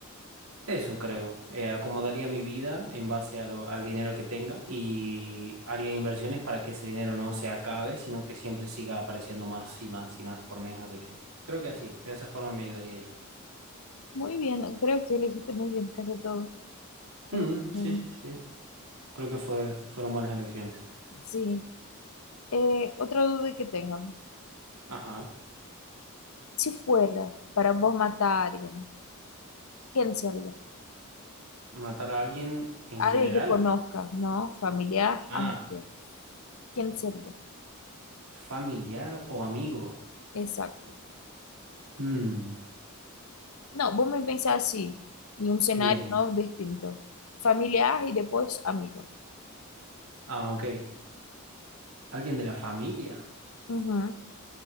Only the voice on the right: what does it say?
eso creo. Eh, acomodaría mi vida en base a lo- al dinero que tenga y haría inversiones para que ese dinero no se acabe, sino que siempre siga apareciendo más y más y más por mes. Así que creo que así, de esa forma me ayudaría yo.
Mm,
sí,
sí, sí. Creo que fue, fueron buenas elecciones.
Ajá.
Matar a alguien en
general.
Ah,
familiar o amigo.
Mm,
bien.
Ah, ok. ¿Alguien de la familia?